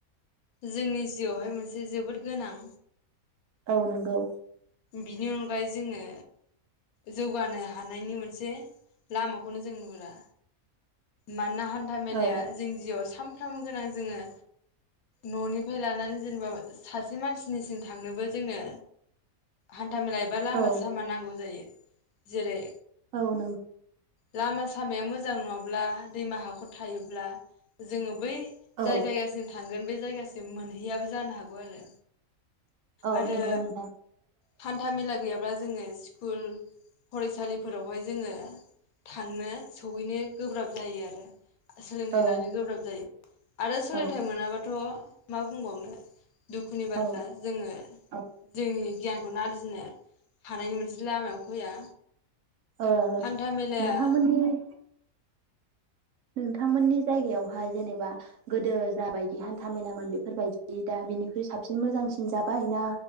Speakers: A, on the left; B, on the right.
A: जोंनि जिउआवहाय मोनसे जोबोद गोनां।
B: औ नंगौ।
A: बिनि अनगायै जोङो जौगानो हानायनि मोनसे लामाखौनो जों नुहरा। मानोना हान्था मेलाया
B: औ
A: जों जिउआव सा सामफ्रामबो गोनां जोङो न'निफ्राय लानानै जेनेबा सासे मानसिनिसिम थांनोबो जोङो हान था मेला एबा लामा
B: औ
A: सामा नांगौ जायो। जेरै
B: औ नोंगौ
A: लामा सामाया मोजां नङाब्ला दैमा हाखर थायोब्ला जोङो बै
B: औ
A: जाय जायगासिम थांगोन बे जायगासिम मोनहैयाबो जानो हागौ आरो।
B: औ
A: आरो
B: नंगौ नोंथां।
A: हान्था मेला गैयाब्ला जोङो स्कुल फरायसालि फोरावहाय जोङो थांनो सौहैनो गोब्राब जायो आरो। सोलोंथाय
B: औ
A: लानो गोब्राब जायो। आरो सोलोंथाय
B: औ
A: मोनाबाथ मा बुंबावनो दुखुनि बाथ्रा
B: औ
A: जोङो
B: औ
A: जोंनि बेखौनो आर्जिनो हानायनि मोनसे लामायाव फैया।
B: औ
A: हान्था मेलाया
B: नोंथां मोन्नि नोंथांमोननि जायगायावहाय जेनेबा गोदो जाबायदि हान्थामेलामोन बेफोरबायदि दा बिनिख्रुइ साबसिन मोजांसिन जाबाय ना